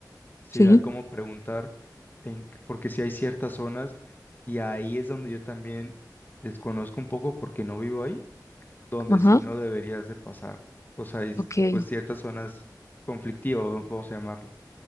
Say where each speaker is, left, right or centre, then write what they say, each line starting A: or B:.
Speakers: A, on the left; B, on the left.
A: sería
B: sí,
A: como preguntar, en, qué- porque si hay ciertas zonas, y ahí es donde yo también desconozco un poco porque no vivo ahí, donde
B: ajá,
A: sí no deberías de pasar. O sea, hay
B: ok.
A: pues ciertas zonas conflictivas, o vamos a llamarle.